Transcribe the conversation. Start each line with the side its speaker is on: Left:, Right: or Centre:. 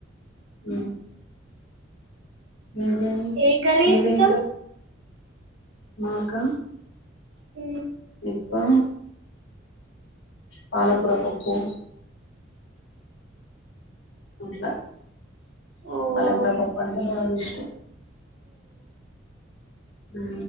Left: ఊ మీదేం
Right: ఏ కర్రీ
Left: మీదేం
Right: ఇష్టం
Left: కరి మాకా
Right: ఊ
Left: ఎక్కువ పాలకూర పప్పు అట్లా
Right: అవునా
Left: పాలకూర పప్పు అంటే బాగా ఇష్టం ఊ